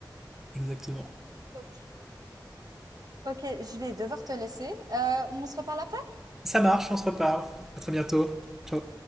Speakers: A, in the centre; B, on the right.
A: exactement.
B: Ok. Ok, je vais devoir te laisser. Euh, on se reparle après.
A: Ça marche, on se reparle. À très bientôt. Ciao.